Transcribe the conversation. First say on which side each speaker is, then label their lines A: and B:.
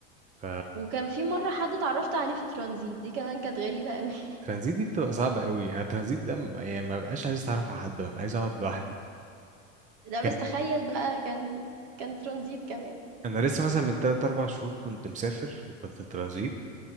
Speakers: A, on the right; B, on the right.
A: ف
B: وكان في مرة حد اتعرفت عليه في ترانزيت دي كمان كانت غريبة قوي <laughs>
A: الترانزيت دي بتبقى صعبة قوي انا الترانزيت ده م- يعني ما بقاش عايز اتعرف على حد ببقى عايز اقعد لوحدي
B: لا بس
A: كان
B: تخيل بقى كان كان ترانزيت كمان
A: انا لسه مثلا من 3 4 شهور كنت مسافر وكنت ترانزيت